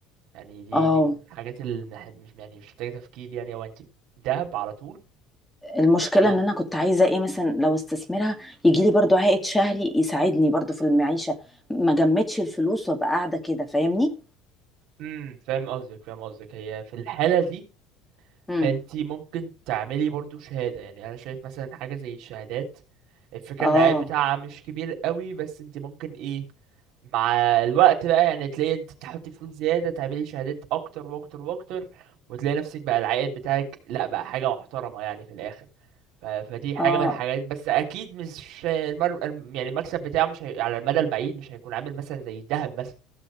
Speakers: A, on the right (about 65°); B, in the centre.
A: يعني دي
B: اه
A: دي من الحاجات اللي مح- مش يعني مش محتاجه تفكير يعني هو انت ذهب على طول
B: المشكله
A: يعني
B: ان انا كنت عايزه ايه مثلا لو استثمرها يجي لي برضو عائد شهري يساعدني برضو في المعيشه ما جمدش الفلوس وابقى قاعده كده فاهمني
A: امم فاهم قصدك فاهم قصدك هي في الحاله دي
B: امم
A: انت ممكن تعملي برضو شهادة يعني انا شايف مثلا حاجة زي الشهادات الفكرة
B: اه
A: ان العائد بتاعها مش كبير قوي بس انت ممكن ايه مع الوقت بقى يعني تلاقي انت تحطي فلوس زيادة تعملي شهادات اكتر واكتر واكتر وتلاقي نفسك بقى العائد بتاعك لا بقى حاجة محترمة يعني في الاخر ف... فدي حاجة
B: اه
A: من الحاجات بس اكيد مش المر... الم- يعني المكسب بتاعه مش هي... على المدى البعيد مش هيكون عامل مثلا زي الذهب مثلا